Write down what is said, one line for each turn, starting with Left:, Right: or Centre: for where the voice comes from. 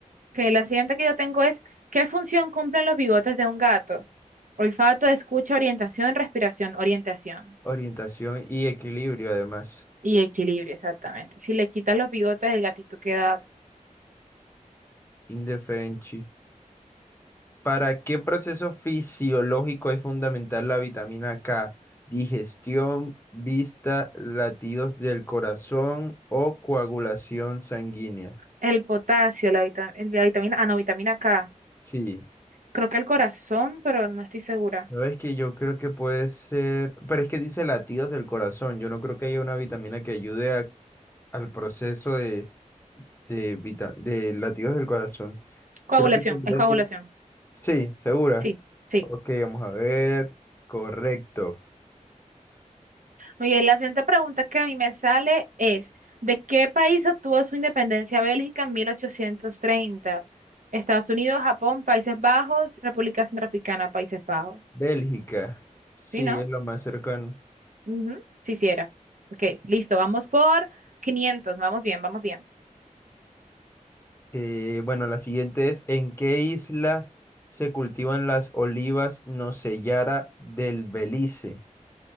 Right: Que la siguiente que yo tengo es, ¿qué función cumplen los bigotes de un gato? Olfato, escucha, orientación, respiración, orientación.
Left: Orientación y equilibrio, además.
Right: Y equilibrio, exactamente. Si le quitas los bigotes, el gatito queda
Left: Indefensi. ¿Para qué proceso fisiológico es fundamental la vitamina K? Digestión, vista, latidos del corazón o coagulación sanguínea.
Right: el potasio, la vita- el- la vitamina, ah, no, vitamina K.
Left: Sí,
Right: Creo que el corazón, pero no estoy segura.
Left: sabes que yo creo que puede ser, pero es que dice latidos del corazón. Yo no creo que haya una vitamina que ayude a- al proceso de, de, vita- de latidos del corazón.
Right: Coagulación,
Left: Creo que tendría
Right: es coagulación.
Left: que... Sí, segura.
Right: Sí, sí.
Left: Ok, vamos a ver. Correcto.
Right: Muy bien, la siguiente pregunta que a mí me sale es, ¿de qué país obtuvo su independencia Bélgica en 1830? Estados Unidos, Japón, Países Bajos, República Centroafricana, Países Bajos.
Left: Bélgica. Sí,
Right: ¿Sí, no?
Left: es lo más cercano.
Right: Ujú, Sí, sí era. Ok, listo, vamos por 500, vamos bien, vamos bien.
Left: Eh, bueno, la siguiente es, ¿en qué isla se cultivan las olivas Nocellera del Belice?